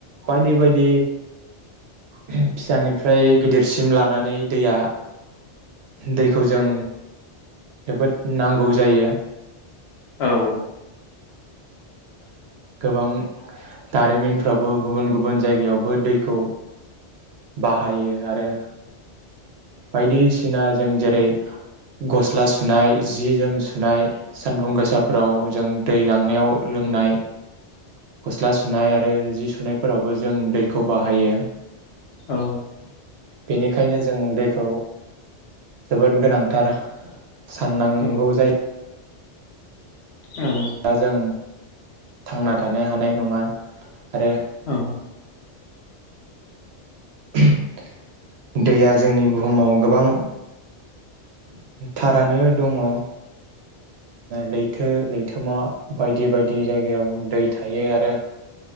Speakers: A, on the right; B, on the left.
A: बायदि बायदि फिसानिफ्राय गिदिरसिम लानानै दैया दैखौ जों जोबोद नांगौ जायो।
B: औ
A: गोबां दारिमिनफ्रावबो गुबुन गुबुन जायगायावबो दैखौ बाहायो आरो बायदिसिना जों जेरै गस्ला सुनाय जि जोम सुनाय सानदुं गोसाफ्राव जों दै गांनायाव लोंनाय गस्ला सुनाय आरो जि सुनायफोरावबो जों दैखौ बाहायो।
B: औ
A: बेनिखायनो जों दैखौ जोबोद गोनांथार। साननांगौ
B: औ
A: जायो
B: औ
A: जों थांना थानो हानाय नङा आरो
B: औ
A: <unintelligible> दैया जोंनि बुहुमाव गोबां थारानो दङ लैथो लैथोमा बायदि बायदि जायगायाव दै थायो आरो